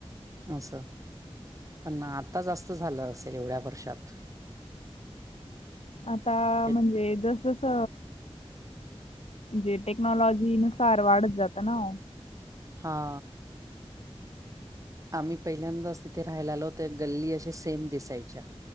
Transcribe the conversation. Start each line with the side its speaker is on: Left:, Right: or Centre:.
Right: असं पण आता जास्त झालं असेल एवढ्या वर्षात
Left: आता
Right: के
Left: म्हणजे जसस. जे टेक्नॉलॉजी नुसार वाढत जातं ना.
Right: हा. आम्ही पहिल्यांदाच तिथे राहायला आलोत गल्ली असशे सेम दिसायच्या.